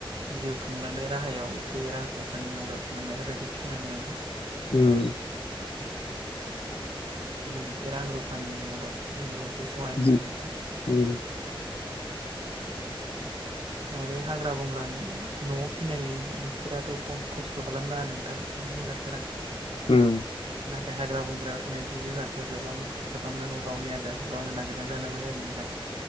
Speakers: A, on the right; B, on the left.
A: जिउ खांलांनाय राहायाव एसे रां रुफानि मदद मोननायफोरबायदि फिनांगौ नोंथां
B: उम
A: जेन' एसे रां रुफानि मदद मोनो एसे सहाय
B: जि
A: मोनो नोंथां
B: उम
A: आरो हाग्रा बंग्रानि न'वाव फिनायफोराथ' खस्थ' खालामनाङा नोंथां जिब जुनारफोरा
B: ओम
A: नाथाय हाग्रा बंग्रायाव थानाय जिब जुनारफ्रा गोबां खस्थ' खालामनांगौ गावनि आदारखौ गावनो नागिरनानै जानांगौ जायो नोंथां